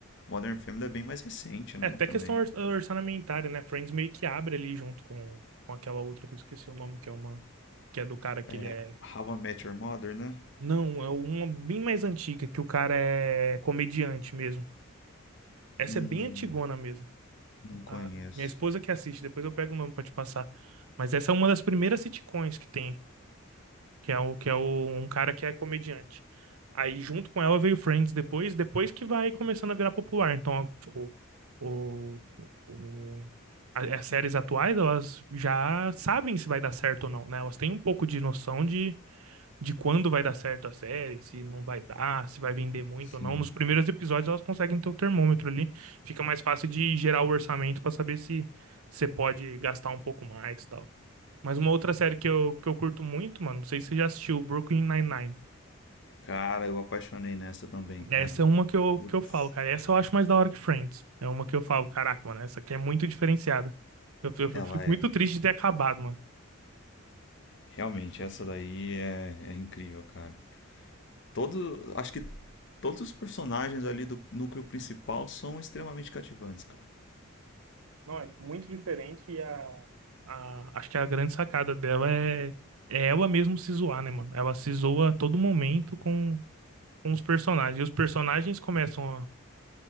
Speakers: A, on the left; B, on the right.
A: Modern Family é bem mais recente, né?
B: É, até
A: Também.
B: questão or- orçamentária, né? Friends meio que abre ali junto com, com aquela outra que eu esqueci o nome, que é uma. Que é do cara que
A: É
B: ele é.
A: How I Met Your Mother, né?
B: Não, é uma bem mais antiga, que o cara é comediante mesmo. Essa
A: Hum,
B: é bem antigona mesmo.
A: não conheço.
B: A minha esposa que assiste, depois eu pego o nome pra te passar. Mas essa é uma das primeiras sitcoms que tem. que é, o, que é o, um cara que é comediante. Aí, junto com ela, veio Friends depois, depois que vai começando a virar popular. Então, o, o, o- a- as séries atuais, elas já sabem se vai dar certo ou não, né? Elas têm um pouco de noção de, de quando vai dar certo a série, se não vai dar, se vai vender muito
A: Sim.
B: ou não. Nos primeiros episódios, elas conseguem ter o termômetro ali. Fica mais fácil de gerar o orçamento para saber se você pode gastar um pouco mais, tal. Mas uma outra série que eu, que eu curto muito, mano, não sei se você já assistiu, Brooklyn Nine-Nine.
A: Cara, eu apaixonei nessa também, cara.
B: Essa é uma que eu,
A: Putz,
B: que eu falo, cara. Essa eu acho mais da hora que Friends. É uma que eu falo, caraca, mano, essa aqui é muito diferenciada. Eu, eu-
A: ela
B: eu fico
A: é.
B: muito triste de ter acabado, mano.
A: Realmente, essa daí é, é incrível, cara. Todo, acho que todos os personagens ali do núcleo principal são extremamente cativantes, cara.
B: Não, é muito diferente e a, a- acho que a grande sacada dela é, é ela mesmo se zoar, né, mano? Ela se zoa a todo momento com, com os personagens. E os personagens começam